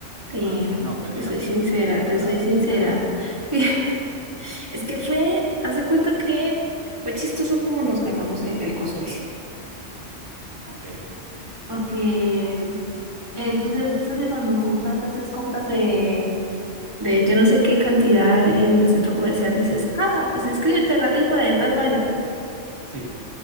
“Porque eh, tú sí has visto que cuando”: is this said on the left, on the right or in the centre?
Right